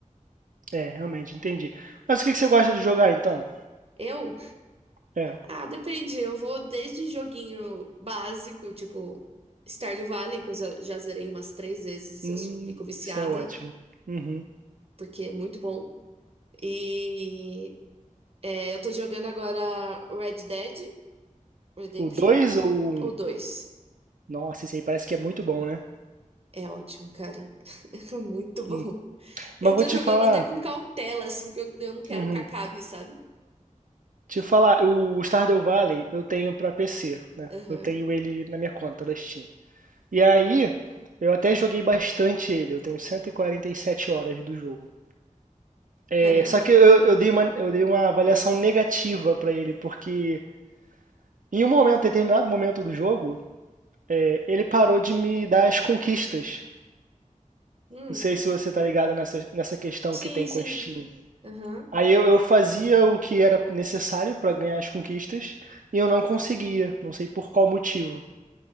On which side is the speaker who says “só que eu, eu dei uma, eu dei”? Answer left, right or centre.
Right